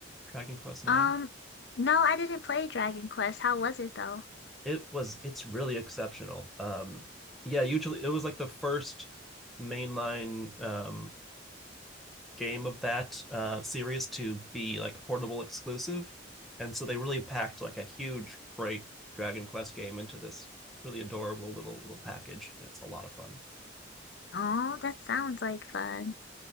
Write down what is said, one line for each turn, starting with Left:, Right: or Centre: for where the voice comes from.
Centre: Dragon Quest nine.
Left: Um, no, I didn't play Dragon Quest. How was it though?
Centre: It was it's really exceptional. Um, yeah, usually it was like the first mainline um game of that uh, series to be like portable exclusive, and so they really packed like a huge, great Dragon Quest game into this really adorable little little package, and it's a lot of fun.
Left: Oh, that sounds like fun.